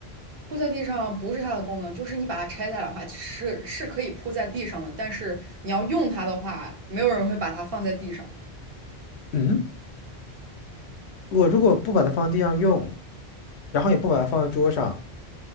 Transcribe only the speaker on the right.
铺在地上不是它的功能，就是你把它拆下来的话，是是可以铺在地上的，但是你要用它的话，没有人会把它放在地上。